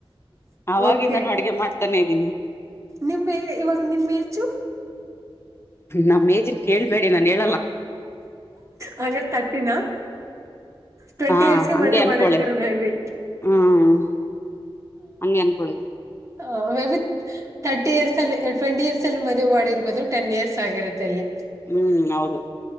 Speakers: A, on the left (about 25°); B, on the right (about 30°).
A: ಅವಾಗಿಂದಾನು
B: ಓಕೆ
A: ಅಡ್ಗೆ ಮಾಡ್ತಾನೆ ಇದ್ದೀನಿ
B: ನಿಮ್ ಏ ಇವಾಗ ನಿಮ್ ಏಜ್ ಜು.
A: ನಮ್ ಏಜಿನ ಕೇಳ್ಬೇಡಿ ನಾನನ್ ಹೇಳಲ್ಲ.
B: ಹಂಗೆ ತಟ್ಟಿನ ಟ್ವೆಂಟಿ
A: ಹಾ
B: ಇಯರ್ಸ್ಗೆ
A: ಹಂಗೆ
B: ಮದವೆ
A: ಅನ್ಕೊಳೆ
B: ಮಾಡಿರ್ತಾರ ಮೇ ಬಿ.
A: ಹ್ಮ್ ಹಂಗೆ ಅನ್ಕೊಳ್ಳಿ..
B: ಆ ಮೇ ಬಿ ತರ್ಟಿ ಇಯರ್ಸ್ ಅಲ್ಲಿ ಟ್ವೆಂಟಿ ಇಯರ್ಸ್ ಅಲ್ಲಿ ಮದುವಿ ಮಾಡಿರ್ಬೋದು ಟೆನ್ ಇಯರ್ಸ್ ಆಗಿರುತ್ತೆ ಇಲ್ಲಿ.
A: ಹ್ಮ್ ಹೌದು